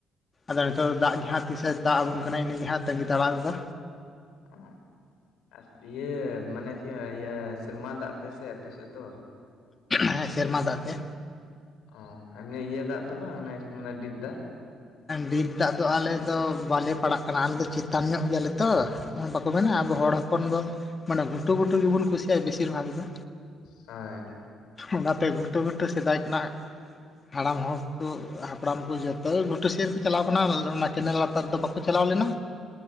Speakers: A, on the left; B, on the left.
A: ᱟᱫᱚ ᱱᱤᱛᱚᱜ ᱫᱚ ᱫᱟᱜ ᱜᱮ ᱦᱟᱸᱜ ᱛᱤᱥᱮ ᱫᱟᱜ ᱟᱵᱚᱱ ᱠᱟᱱᱟ ᱤᱱᱟᱹᱜᱮ ᱦᱟᱸᱜ ᱛᱟᱺᱜᱤ ᱛᱟᱲᱟᱜ ᱫᱚ᱾
B: ᱚ ᱟᱨ ᱤᱭᱟᱹ ᱢᱟᱱᱮ ᱪᱮᱫ ᱤᱭᱟᱹ ᱥᱮᱨᱢᱟ ᱫᱟᱜ ᱛᱮ ᱥᱮ ᱟᱯᱮ ᱥᱮᱫ ᱫᱚ
A: ᱦᱮᱸ ᱥᱮᱨᱢᱟ ᱫᱟᱜ ᱛᱮ᱾
B: ᱚ ᱟᱨ ᱱᱤᱭᱟᱹ ᱤᱭᱟᱹ ᱫᱟᱜ ᱫᱚ ᱵᱟᱝ ᱪᱮᱫ ᱠᱚ ᱢᱮᱱᱟ ᱰᱤᱯ ᱫᱟᱜ
A: ᱰᱤᱯ ᱫᱟᱜ ᱫᱚ ᱟᱞᱮ ᱫᱚ ᱵᱟᱞᱮ ᱯᱟᱲᱟᱜ ᱠᱟᱱᱟ ᱟᱞᱮ ᱫᱚ ᱪᱮᱛᱟᱱ ᱧᱚᱜ ᱜᱮᱭᱟᱞᱮ ᱛᱚ᱾ ᱵᱟᱠᱚ ᱢᱮᱱᱟ
B: ᱦᱩᱸ
A: ᱟᱵᱚ ᱦᱚᱲ ᱦᱚᱯᱚᱱ ᱫᱚ ᱢᱟᱱᱮ ᱜᱷᱩᱴᱩᱼ ᱜᱷᱩᱴᱩ ᱜᱮᱵᱚᱱ ᱠᱩᱥᱤᱭᱟᱜᱼᱟ ᱵᱮᱥᱤᱨ ᱵᱷᱟᱜᱽ ᱫᱚ
B: ᱦᱮᱸ
A: ᱚᱱᱟᱛᱮ ᱜᱷᱩᱴᱩ ᱜᱷᱩᱴᱩ ᱥᱮᱫᱟᱭ ᱠᱷᱚᱱᱟᱜ ᱦᱟᱲᱟᱢ ᱦᱚᱲ ᱠᱚ ᱦᱟᱯᱲᱟᱢ ᱠᱚ ᱡᱚᱛᱚ ᱜᱷᱚᱴ -ᱴᱩ ᱥᱮᱫ ᱨᱮ ᱠᱚ ᱪᱟᱞᱟᱣ ᱠᱟᱱᱟ ᱚᱱᱟ ᱠᱮᱱᱮᱞ ᱞᱟᱛᱟᱨᱫᱚ ᱵᱟᱠᱚ ᱪᱟᱞᱟᱣ ᱞᱮᱱᱟ